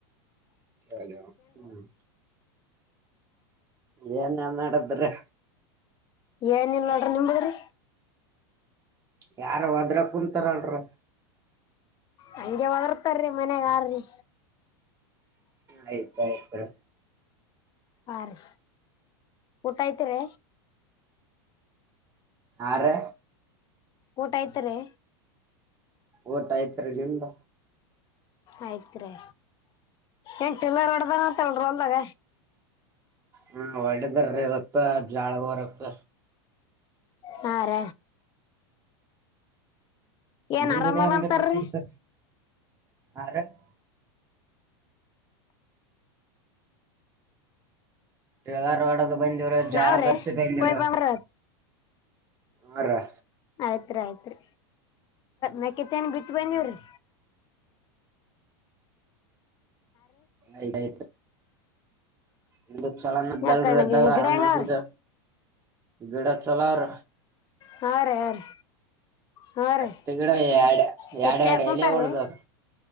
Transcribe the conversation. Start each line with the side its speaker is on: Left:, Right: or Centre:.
Right: ಅದ ಹ್ಮ್ ಏನ ನಡದ್ರ ಬರ್ರಿ
Left: ಏನ ಇಲ್ ನೋಡ್ರಿ ನಿಮ್ರಿ
Right: ಯಾರ ಒದ್ರ ಕುಂತಾರಲ್ರ
Left: ಹಂಗೆ ಹೊದರ್ತಾರಿ ಮನ್ಯಗಾರ್ರಿ
Right: ಆಯ್ತ ಆ್
Left: ಹಾ ರೀ ಊಟ ಐ್ತಿ ರ
Right: ಆರಿ
Left: ಊಟ ಆಯ್ತಾರೆ
Right: ಊಟ ಆಯ್ತರಿ ನಿಮ್ದ
Left: ಆಯ್ತ್ರೆ ಎಂಟು ಎಲ್ಲಾರ ಒಡ್ದನ ಅಂತ ಹೇಳರಿ ಅಲ್ದಾಗ
Right: ಹ್ಮ ಒಳ್ಳೇದರೀ ಇವತ್ತು್ ಜಾಳ ಬರಕ್
Left: ಹಾರ ಏನ್
Right: ಇ
Left: ಆರಾಮಲ್ಲ
Right: ವೇಂಬತ್ತ
Left: ಅಂತಾರ್ರಿ
Right: ಕೊಡ್ತ ಆರ <unintelligible> ಗಾರ ಒಡದು ಬಂದವರು ಜಾಳ
Left: ನಾವ್ರಿ
Right: ಬತ್ತಿ ಬಂದವರು
Left: ಕೊಯ್ ಬಂದ್ರ
Right: ಹಾ ರಾ
Left: ಆಯ್ತ್ರಿ ಆಯ್ತ್ರಿ ಮ ಕೆತ್ತ ನ್ ಬಿತ್ ಬಂದವ್ರಿ
Right: ಆ್ತಯ್ತು ಒಂದು ಚಲನದ್ದಲ್ದ
Left: ಯಾಕಣ್ಣ ಗಿಡ
Right: ಹ
Left: ಹೆಂಗಾವ್ರಿ
Right: <inaudible> ಗಡ ಚಲಾವರ
Left: ಹಾ ರ ಯ ರೀ ಹಾ ರೀ
Right: ಹತ್ತು ಗಿಡ ಎ ಎರಡು
Left: ಸೆತ್ತೆ
Right: ಎರಡು
Left: ಹಾಕೊಂತಾರ್ರಿ
Right: ಎಲ್ಲಿ ಹೊಡದವ್ರ